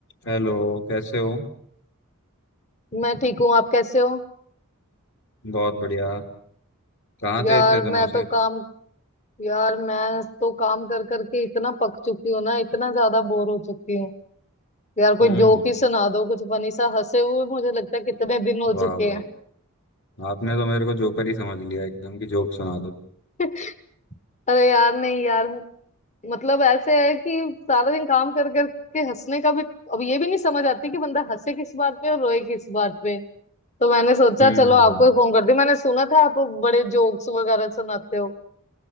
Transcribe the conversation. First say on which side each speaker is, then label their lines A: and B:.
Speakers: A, on the left; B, on the left.
A: Hello कैसे हो
B: मैं ठीक हूँ आप कैसे हो
A: बहुत बढ़िया कहाँ
B: यार
A: थे इतने
B: मैं
A: दिनों से
B: तो काम यार मैं तो काम कर करके इतना पक चुकी हूँ ना इतना ज्यादा बोर हो चुकी हूँ यार कोई
A: हम्म
B: जोक ही सुना दो कुछ फनी सा हंसे हुए मुझे लगता है कितने दिन हो
A: वाह
B: चुके
A: वाह
B: हैं
A: आपने तो मेरे को जोकर ही समझ लिया एकदम की जोक सुना दो
B: <laughs> अरे यार नहीं यार मतलब ऐसे है कि सारा दिन काम कर करके हंसने का भी अब ये भी नहीं समझ आती कि बंदा हंसे किस बात पे और रोए किस बात पे तो मैंने सोचा
A: हम्म
B: चलो आपको ही फोन कर दी मैंने सुना था आप बड़े जोक्स वगैरह सुनाते हो